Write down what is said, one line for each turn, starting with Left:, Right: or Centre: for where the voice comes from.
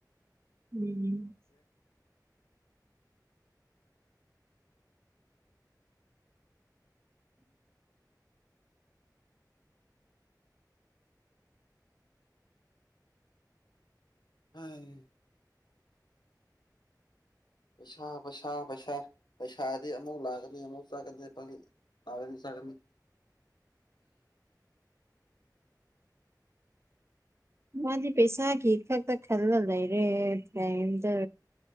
Right: ꯎꯝ
Left: ꯍꯥꯏ ꯄꯩꯁꯥ ꯄꯩꯁꯥ ꯄꯩꯁꯥ ꯄꯩꯁꯥꯗꯤ ꯑꯃꯨꯛ ꯂꯥꯛꯀꯅꯤ ꯑꯃꯨꯧꯛ ꯆꯥꯒꯅꯤ ꯑꯒꯅꯤꯒꯅꯤ
Right: ꯃꯥꯗꯤ ꯄꯩꯁꯥꯒꯤ ꯐꯛꯇꯛꯇ ꯈꯜꯂ ꯂꯩꯔꯦ ꯐꯗ